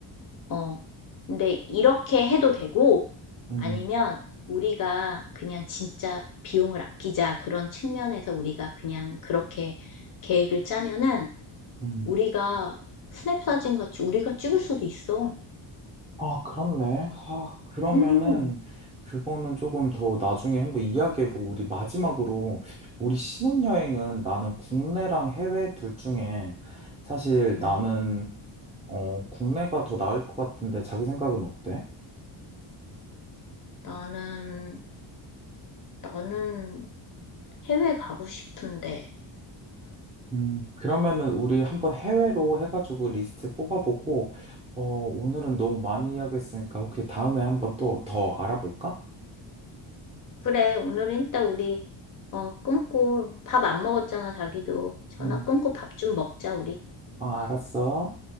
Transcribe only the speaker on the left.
어. 근데 이렇게 해도 되고
아니면 우리가 그냥 진짜 비용을 아끼자 그런 측면에서 우리가 그냥 그렇게 계획을 짜면은
우리가 스냅 사진 같이 우리가 찍을 수도 있어.
음,
음.
나는 나는 해외 가고 싶은데.
그래, 오늘은 이따 우리 어, 끊고 밥 안 먹었잖아, 자기도. 전화
끊고 밥 좀 먹자, 우리.